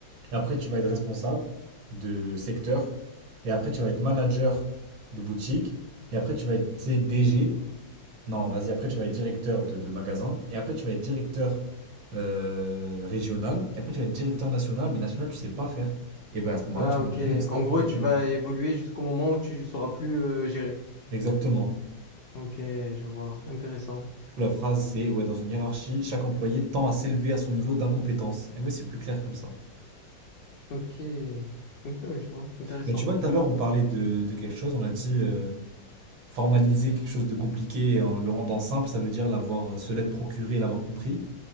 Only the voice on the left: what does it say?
Ah,
ok.
En gros,
tu
vas évoluer jusqu'au moment où tu sauras plus euh, gérer.
Ok, je vois. Intéressant.
Ok. Ok, ouais, je vois. Intéressant.